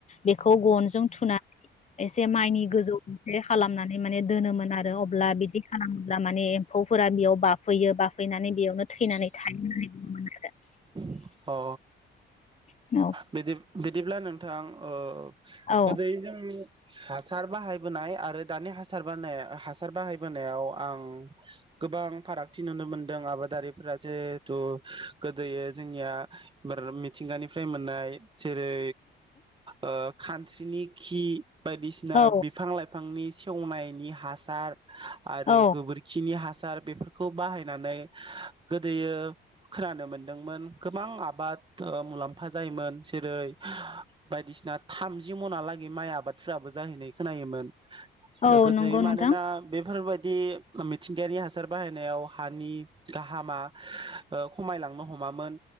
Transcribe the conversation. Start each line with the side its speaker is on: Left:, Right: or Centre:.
Left: बेखौ गनजों थुनानै एसे माइनि गोजौथिंजे खालामनानै नै माने दोनोमोन आरो अब्ला बिदि खालाम ब्ला माने एम्फौफोरा बेयाव बाफैयो बा फैनानै बेयावनो थैनानै थायोमाने। <unintelligible>
Right: अ।
Left: आरो
Right: बिदिब बिदिब्ला नोंथां ओ
Left: औ
Right: गोदैजों हासार बाहायबोनाय आरो दानि हासार बानाय हासार बाहायबोनायाव आं गोबां फारागथि नुनो मोनदों आबादारिफोरा जिहेथु गोदोयो जोंनिया मोर मिथिंगानिफ्राय मोननाय जेरै ओ खान्स्रिनि खि बायदिसिना
Left: औ
Right: बिफां लाइफां फांनि सेवनायनि हासार आरो
Left: औ
Right: गोबोरखिनि हा सार बेफोरखौ बाहायनानै गोदोयो खोनानो मोन्दोंमोन गोबां आबाद ओ मुलाम्फा जायोमोन जेरै बायदिसिना थामजि मनालागै माइ आबादफोराबो जाहैनाय खोनायोमोन।
Left: औ
Right: दा गोदोयै
Left: नंगौ
Right: मानोना
Left: नोंथां
Right: बेफोरबाय बिदि मिथिंगायारि हासार बाहायनायाव हानि गाहामा खमायलांनो हमामोन